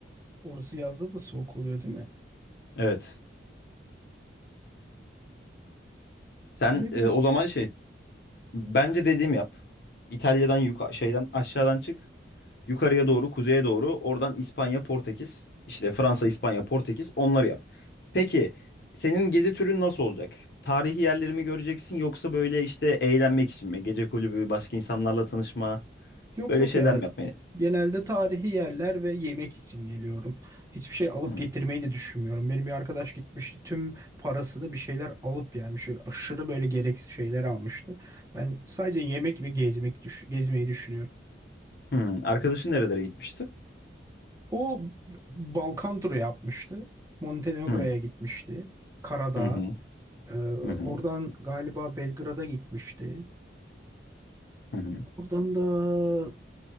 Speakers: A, on the right (about 15°); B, on the left (about 60°).
A: Orası yazda da soğuk oluyor değil mi?
B: Evet. Sen
A: Ne bileyim.
B: e, o zaman şey bence dediğim yap. İtalya'dan yuka şeyden aşağıdan çık. Yukarıya doğru, kuzeye doğru. Oradan İspanya, Portekiz. İşte Fransa, İspanya, Portekiz. Onları yap. Peki senin gezi türün nasıl olacak? Tarihi yerleri mi göreceksin yoksa böyle işte eğlenmek için mi? Gece kulübü, başka insanlarla tanışma,
A: Yok
B: böyle
A: yok
B: şeyler
A: ya.
B: mi yapmayı?
A: Genelde tarihi yerler ve yemek için geliyorum. Hiçbir şey alıp
B: Hmm.
A: getirmeyi de düşünmüyorum. Benim bir arkadaş gitmişti. Tüm parasını bir şeyler alıp gelmiş. Aşırı böyle gereksiz şeyler almıştı. Ben sadece yemek ve gezmek düş gezmeyi düşünüyorum.
B: Hmm. Arkadaşın nerelere gitmişti?
A: O Balkan turu yapmıştı. Montenegro'ya
B: Hmm.
A: gitmişti. Karadağ.
B: Hı hı.
A: Ee,
B: Hı hı.
A: oradan galiba Belgrad'a gitmişti.
B: Hı hı.
A: Oradan da